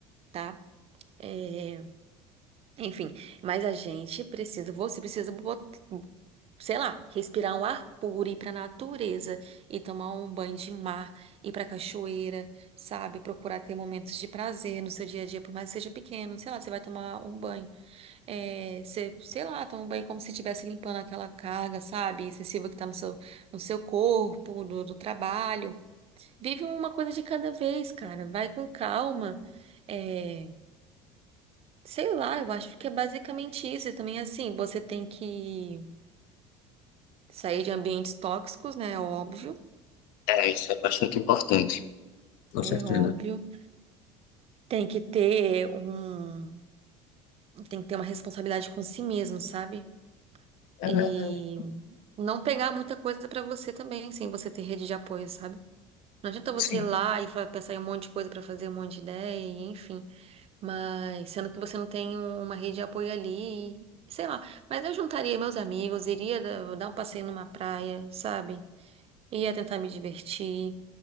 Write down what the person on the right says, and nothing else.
tá? É, Enfim, mas a gente precisa, você precisa, bot- sei lá, respirar um ar puro, ir pra natureza e tomar um banho de mar, ir pra cachoeira, sabe? Procurar ter momentos de prazer no seu dia a dia, por mais que seja pequeno, sei lá, você vai tomar um banho, é, você, sei lá, toma um banho como se estivesse limpando aquela carga, sabe? Excessiva que tá no seu, no seu corpo, do do trabalho. Vive uma coisa de cada vez, cara. Vai com calma. É, sei lá, eu acho que é basicamente isso. E também, assim, você tem que sair de ambientes tóxicos, né? É Óbvio.
É
óbvio. Tem que ter um. Tem que ter uma responsabilidade com si mesmo, sabe?
E
não pegar muita coisa pra você também, sem você ter rede de apoio, sabe? Não adianta você
ir lá e fa- pensar em um monte de coisa pra fazer, um monte de ideia, e enfim. Mas sendo que você não tem um- uma rede de apoio ali, e- sei lá. Mas eu juntaria meus amigos, iria da- dar um passeio numa praia, sabe? Ia tentar me divertir,